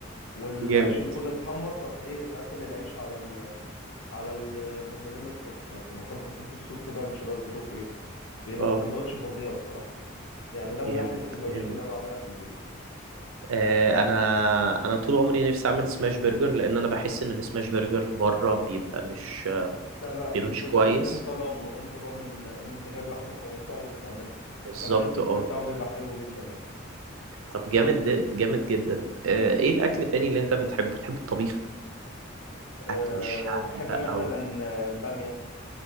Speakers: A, on the left; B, on the right.
A: والعيش
B: جامد
A: يكون اتحمص أروح إيه قافل العيش على ال على الموتزاريلا ستيكس مثلا أكون حطيت الصوص رانش برضه فوقيه بيبقى
B: اه
A: السندوتش فظيع بصراحة يعني ده من
B: جامد
A: أحلى السندوتشات
B: جامد
A: اللي أنا بعملها في البيت
B: آه انا انا طول عمري نفسي اعمل سماش برجر لان انا بحس ان السماش برجر بره بيبقى مش
A: لا لا في
B: بيبقى
A: البيت
B: مش كويس
A: انت ضامنه انت ضامن ان انت جايب لحمه كويسه وبتعملها
B: بالظبط
A: وكمان التيست
B: اه
A: بتاعه بيبقى حلو جدا يعني
B: طب جامد د- جامد جدا آه ايه الاكل التاني اللي انت بتحبه بتحب الطبيخ
A: أه
B: اكل الشعبي
A: بحب
B: بقى
A: مثلا
B: و...
A: آه، الباميه